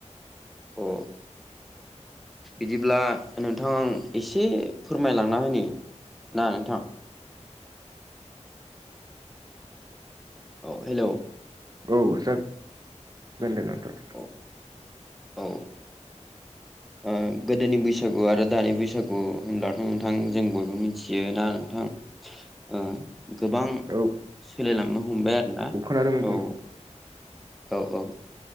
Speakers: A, in the centre; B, on the right (about 30°).
A: अ बिदिब्ला नोंथां आं एसे फोरमायलांना होनि ना नोंथां औ हेलौ
B: औ जा गोनदे नोंथां।
A: औ औ। ओ गोदोनि बैसागु आरो दानि बैसागु होनबथ' नोंथां जों बयबो मिथियोना नोंथां? ओ गोबां
B: औ
A: सोलायलांनो हमबाय आरोना
B: खोनादों बुं
A: औ। औ औ।